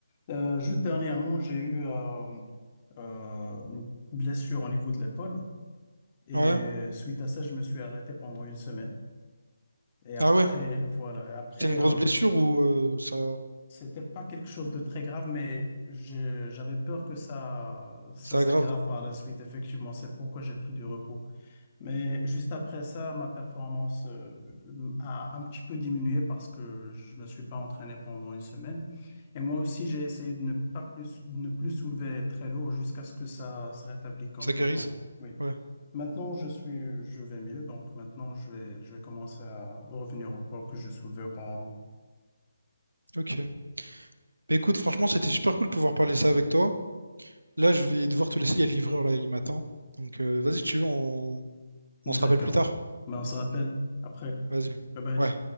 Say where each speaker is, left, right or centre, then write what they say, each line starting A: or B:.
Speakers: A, on the left; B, on the right.
A: Euh, juste dernièrement, j'ai eu euh, euh, une blessure au niveau de l'épaule et
B: Ouais.
A: suite à ça, je me suis arrêté pendant une semaine. Et après,
B: Ah ouais.
A: voilà, et après,
B: C'était une grosse
A: euh,
B: blessure ou euh, ça,
A: c'était pas quelque chose de très grave, mais j'ai- j'avais peur que ça, ça
B: ça
A: s'aggrave
B: aggrave,
A: par la suite. Effectivement, c'est pourquoi j'ai pris du repos. Mais juste après ça, ma performance euh, a un petit peu diminué parce que je me suis pas entraîné pendant une semaine. Et moi aussi, j'ai essayé de ne pas plus, ne plus soulever très lourd jusqu'à ce que ça se rétablisse complètement.
B: ça guérisse?
A: Oui.
B: Ouais.
A: Maintenant, je suis, je vais mieux. Donc maintenant, je vais, je vais commencer à revenir au poids que je soulevais auparavant.
B: Ok. Bah, écoute, franchement, c'était super cool de pouvoir parler ça avec toi. Là, je vais devoir te laisser, il y a le livreur là, il m'attend. Donc, euh, vas-y, si tu veux, on...
A: D'accord.
B: on se rappelle plus tard.
A: Ben, on se rappelle après.
B: Vas-y.
A: Bye bye.
B: Ouais.